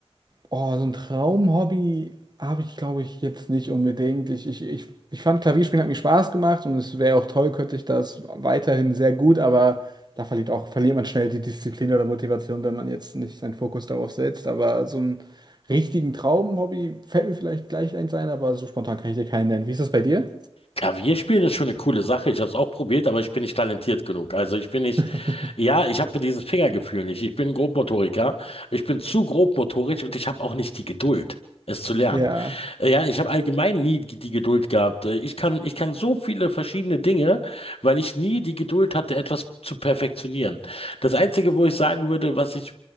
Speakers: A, on the right; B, on the left.
A: Oh, so ein Traumhobby habe ich, glaube ich, jetzt nicht unbedingt. Ich, ich, ich, ich fand Klavierspielen hat mir Spaß gemacht und es wäre auch toll, könnte ich das weiterhin sehr gut, aber da verliert auch, verliert man schnell die Disziplin oder Motivation, wenn man jetzt nicht seinen Fokus darauf setzt. Aber so einen richtigen Traumhobby fällt mir vielleicht gleich eins ein, aber so spontan kann ich dir keinen nennen. Wie ist das bei dir?
B: Klavierspielen ist schon eine coole Sache. Ich habe es auch probiert, aber ich bin nicht talentiert genug. Also ich bin nicht,
A: <laughs>
B: ja, ich habe dieses Fingergefühl nicht. Ich bin Grobmotoriker. Ich bin zu grobmotorisch und ich habe auch nicht die Geduld, es zu lernen.
A: Ja.
B: Äh, Ja, ich habe allgemein nie die die Geduld gehabt. Äh, Ich kann, ich kann so viele verschiedene Dinge, weil ich nie die Geduld hatte, etwas zu perfektionieren. Das Einzige, wo ich sagen würde, was ich